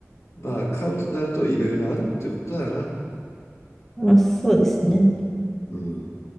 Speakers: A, on the left; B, in the centre.
A: まあ、飼うとなるといろいろあるってことだな。
B: まあ、そうですね。
A: うん。